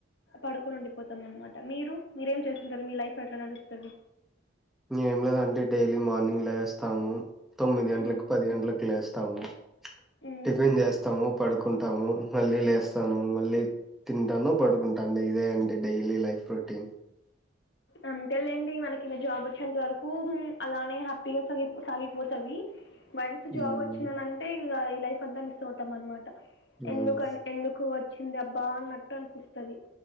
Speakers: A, on the left (about 60°); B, in the centre.
A: పడుకొని ఉండిపోతాం అనమాట మీరు మీరేం చేస్త ఇంక మీ లైఫ్ ఎట్లా నడుస్తది
B: ఏం లేదండి డైలీ మార్నింగ్ లేస్తాము తొమ్మిది గంటలకి
A: హ్మ్.
B: పది గంటలకి లేే స్తాము
A: హ్మ్.
B: టిఫిన్ చేస్తాము పడుకుం టాము మళ్ళీ లేస్తాను మళ్ళీ తింటాను పడుకుంటాండి ఇదే అండి డైలీ లైఫ్ రొటీన్
A: అంతేలేండి మనకి ఇంకా జాబ్ వచ్చేంత వరకు అలానే హ్యాపీగా సాగిపో సాగిపోతది వన్స్
B: హ్మ్.
A: జాబ్ వచ్చిందనంటే ఇంగ ఈ లైఫ్ అంతా మిస్ అవుతాం అనమాట
B: మ్మ్
A: ఎందుకు అన్ ఎందుకు వచ్చింది అబ్బా అన్నట్టు అనిపిస్తాది